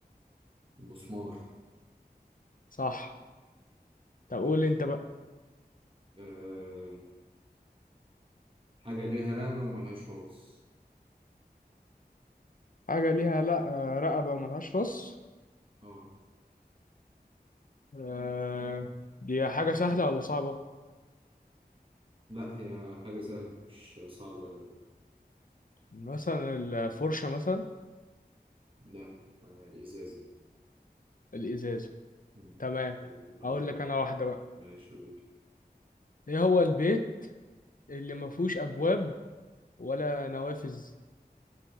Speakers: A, on the right (about 30°); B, on the left (about 55°).
A: المسمار
B: صح طب
A: ماشي
B: قول انت بقى
A: أه... حاجة ليها رقبة وملهاش راس
B: حاجة ليها لا آه، رقبة وملهاش راس
A: اه
B: آه، دي حاجة سهلة ولا صعبة؟
A: لا هي حاجة سهلة مش صعبة أوي
B: مثلا الفرشة مثلا
A: لا آه، الإزازة
B: الإزازة
A: مم.
B: تمام
A: أنا
B: أقول
A: أقول
B: لك
A: لك
B: أنا واحدة بقى
A: ماشي أقول
B: إيه هو البيت اللي مفهوش أبواب ولا نوافذ؟